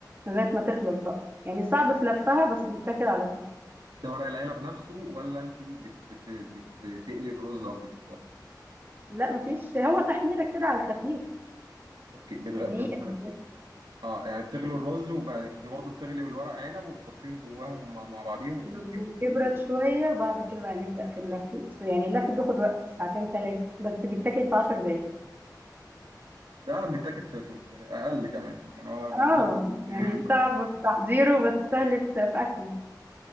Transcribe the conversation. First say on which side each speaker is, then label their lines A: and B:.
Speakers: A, on the right; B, on the right.
A: لغاية ما تخلص بقى يعني صعب في لفها بس بيتاكل على طول
B: ده ورق العنب نفسه ولا انت بت بت بتقلي الرز او بت
A: لا مفيش هو تحميرة كده على الخفيف
B: اوكي بتغ...
A: دقيقة
B: بت... اه يعني بتغلي الرز وبعد كده برضه بتغلي الورق عنب وبتحطيهم جواهم مع مع بعضيهم وتلفيهم
A: مظبوط يبرد شوية وبعد كده بقى نبدأ في اللف يعني اللف بياخد وقت ساعتين تلاتة بس بيتاكل في عشر دقايق
B: ده بيتاكل في, في, في اقل كمان يعني هو بيدي
A: اه
B: <laughs>
A: يعني صعب في تحضيره بس سهل في في اكله